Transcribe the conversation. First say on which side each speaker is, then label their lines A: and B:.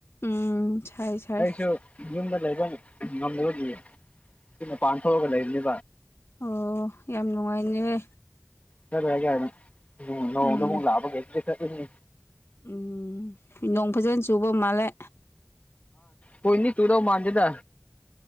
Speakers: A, on the left; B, on the left.
A: ꯎꯝ ꯁꯥꯏ ꯁꯥꯏ
B: ꯑꯩꯁꯨ ꯌꯨꯝꯗ ꯂꯩꯕ ꯉꯝꯗꯕꯒꯤꯌꯦ ꯁꯤ ꯃꯄꯥꯟ ꯊꯣꯛꯑꯒ ꯂꯩꯔꯤ
A: ꯑꯣ ꯌꯥꯝ ꯅꯨꯡꯉꯥꯏꯅꯦ
B: ꯆꯠꯂꯦ ꯀꯥꯏꯅ ꯅꯣꯡꯗ
A: ꯎꯝ
B: ꯑꯃꯨꯛ ꯂꯥꯛꯕꯒꯩꯗꯤ ꯆꯠꯂꯣꯏꯅꯤ
A: ꯎꯝ ꯅꯣꯡ ꯐꯖꯅ ꯆꯨꯕ ꯃꯥꯜꯂꯦ
B: ꯄꯣꯏꯟꯗꯤ ꯇꯨꯗꯧ ꯃꯥꯟꯗꯦꯗ